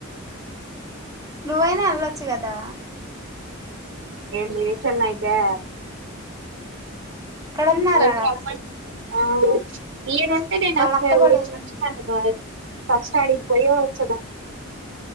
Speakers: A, on the right; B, on the right.
A: నువ్వైనా ఎల్లోచ్చు కదా
B: ఏంది చెన్నైకా
A: ఉన్నారాడ
B: ఆయన్ని రమ్మని ఆ ఈడుంటే నేను అసలు
A: అత్త
B: వచ్చినను
A: కూడా వెళ్ళింది
B: ఫస్ట్ అడిగిపోయే వచ్చేదాన్ని